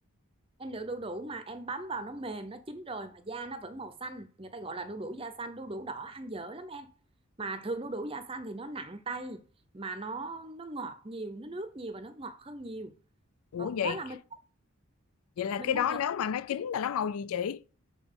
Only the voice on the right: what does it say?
em lựa đu đủ mà em bấm vào nó mềm nó chín rồi mà da nó vẫn màu xanh người ta gọi là đu đủ da xanh đu đủ đỏ ăn dở lắm em mà thường đu đủ da xanh thì nó nặng tay mà nó nó ngọt nhiều nó nước nhiều và nó ngọt hơn nhiều
còn
đó là mình
mình
mua về